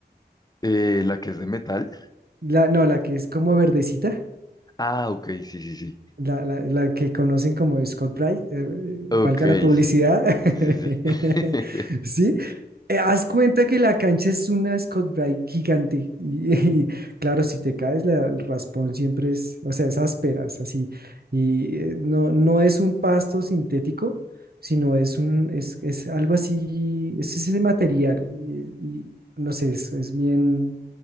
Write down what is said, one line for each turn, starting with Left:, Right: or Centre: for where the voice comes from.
Left: Eh, la que es de metal.
Right: La, no, la que es como verdecita,
Left: Ah, ok, sí, sí, sí.
Right: la, la- la que conocen como Scott Bright, eh, eh,
Left: Ok,
Right: valga la publicidad.
Left: sí.
Right: <laughs>
Left: Sí, sí, sí. <laughs>
Right: ¿sí? eh, haz cuenta que la cancha es una Scott Bright gigante. Y, <laughs> y, claro, si te caes, la- el raspón siempre es, o sea, es ásperas, así. Y eh, no, no es un pasto sintético, sino es un, es, es algo así, es ese material. Y, y no sé, es, es bien,